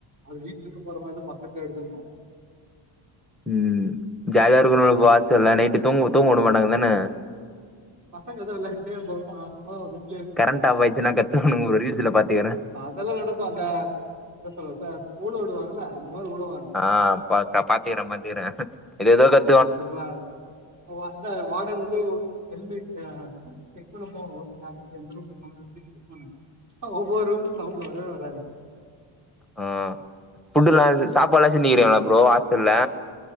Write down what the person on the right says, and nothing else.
அது வீட்டுல இருது போற மாரி பக்கத்துல எடுத்துருப்பன்
பசங்கதான் விளையாடிட்டே இருப்பாங்க அதனால் நா ரூம்லயேருப்பன்
இதெல்லாம் நடக்கும் அந்த என்ன சொல்றது ஊழ விடுவாங்கல அந்த மாரி உழுவாங்க
<unintelligible> செக் <inaudible> ப்ரோ எந்த ரூம் <unintelligible> ஆ ஒவ்வொரு ரூம்லும் சவுண்ட் வரவே வராது